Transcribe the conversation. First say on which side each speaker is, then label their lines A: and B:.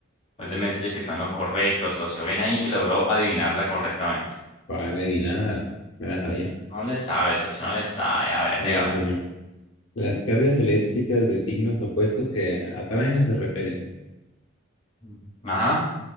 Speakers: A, on the left; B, on the left.
A: pues, Déjeme decirle que está en lo correcto, socio. Ven ahí que logró adivinarla correctamente.
B: para adivinar, me la sabía.
A: No le sabe, socio, no le sabe. A ver,
B: Mira,
A: dígame.
B: socio. Las cargas eléctricas de signos opuestos se atraen o se repelen.
A: Mm. Ajá.